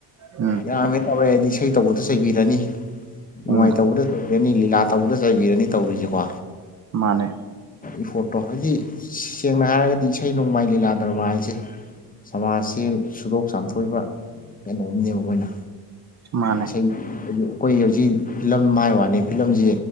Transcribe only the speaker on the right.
ꯎꯝ
ꯎꯝ
ꯃꯥꯅꯦ
ꯃꯥꯅꯦ